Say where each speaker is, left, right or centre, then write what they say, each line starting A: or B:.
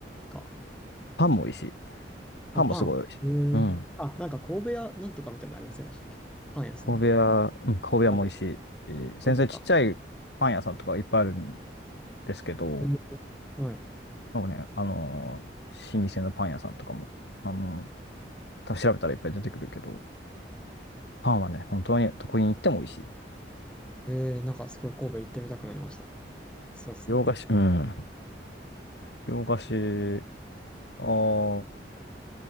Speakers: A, in the centre; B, on the left (about 65°).
A: か
B: パンも美味しい。
A: あ、
B: パンもすごい美味しい。
A: パン。へえ。
B: うん。
A: あ、なんか神戸屋なんとかみたいなのありませんでしたっけパン屋さんで。
B: 神戸屋、うん、神戸屋も美味しいし。
A: わかんないです。
B: え全然ちっちゃいパン屋さんとかいっぱいあるん
A: 神戸屋か。
B: ですけど、
A: へえはい。
B: なんかね、あのー老舗のパン屋さんとかも、あのー多分調べたらいっぱい出てくるけど、パンはね、本当にどこに行っても美味しい。
A: へえ、なんかすごい神戸行ってみたくなりました。そうですね。
B: 洋菓子、
A: いいですね。
B: うん。洋菓子、あー